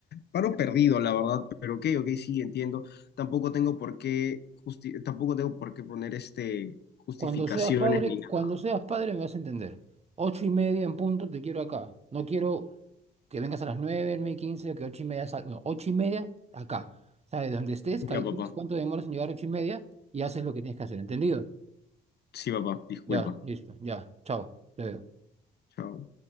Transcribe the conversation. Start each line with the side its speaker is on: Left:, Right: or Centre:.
Left: paro perdido, la verdad, pero ok, ok, sí, entiendo. Tampoco tengo por qué, justi- tampoco tengo por qué poner este, justificaciones
Right: Cuando seas padre,
Left: ni nada.
Right: cuando seas padre me vas a entender. Ocho y media en punto te quiero acá. No quiero que vengas a las nueve, nueve y quince, o que ocho y media sal- No, ocho y media acá. O sea, de donde estés,
Left: Ya,
Right: calcula
Left: papá,
Right: cuánto demoras en llegar a ocho y media y haces lo que tienes que hacer. ¿Entendido?
Left: sí, papá, disculpa.
Right: Ya, listo, ya. Chao. Te veo.
Left: Chao.